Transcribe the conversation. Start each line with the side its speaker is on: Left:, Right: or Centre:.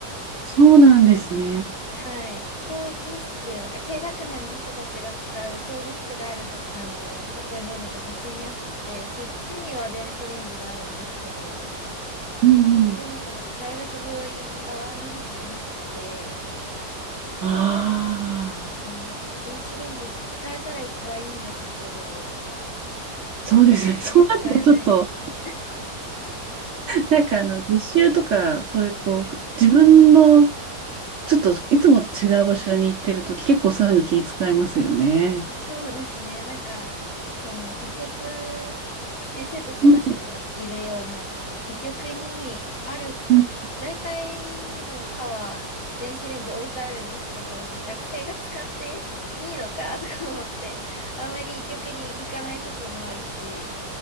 Right: そうなんですね。
Left: なんかはい講義室なんか低学年の人たちが使う講義室があるとあの建物が別にあってそっちには電子レンジがあるんですけど。こっちの、
Right: うんうん。
Left: だから大学病院側の方にはなくて、
Right: ああ。
Left: なのでちょっと電子レンジ使えたら一番いいんですけど、
Right: そうですね。
Left: なかなか使えないですね。
Right: <laughs> そうなるとちょっと、なんかあの、実習とか、そういうこう、ふ自分の、ちょっといつもと違う場所に行ってると、結構そういうの気遣いますよね。
Left: そうですね。なんか、その、医局、先生たちがその、
Right: うん
Left: いるような、医局にある、
Right: うん
Left: 大体の科は、電子レンジ置いてあるんですけど、なんか学生が使っていいのかとか思って、あんまり医局に行かない時もあるし、